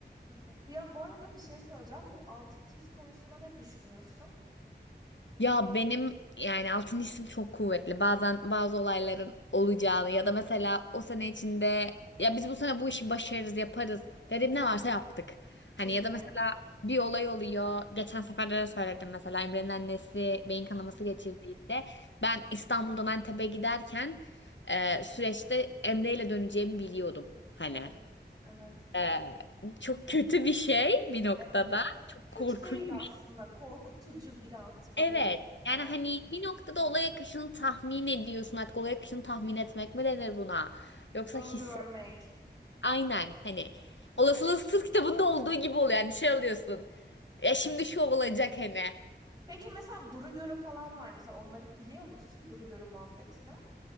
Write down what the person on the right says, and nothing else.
Bu, bir, bu arada bir şey söyleyeceğim. Bu altıncı his konusunda ne düşünüyorsun?
Çok
iyi.
Hı. hı.
Evet, evet,
evet.
Kötü
değil aslında. Korkutucu birazcık
diyebiliriz
belki.
Öngörmek.
Peki mesela duru görü falan var. Mesela onları biliyor musun? Duru görü muhabbetini.